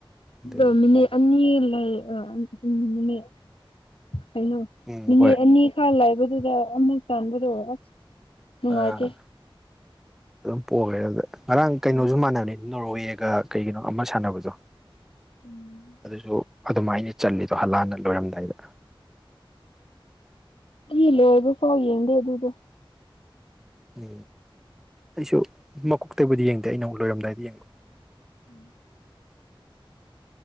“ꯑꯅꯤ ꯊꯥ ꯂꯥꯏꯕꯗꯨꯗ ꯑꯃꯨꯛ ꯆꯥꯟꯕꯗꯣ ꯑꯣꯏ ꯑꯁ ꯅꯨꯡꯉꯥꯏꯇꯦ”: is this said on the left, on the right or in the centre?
Left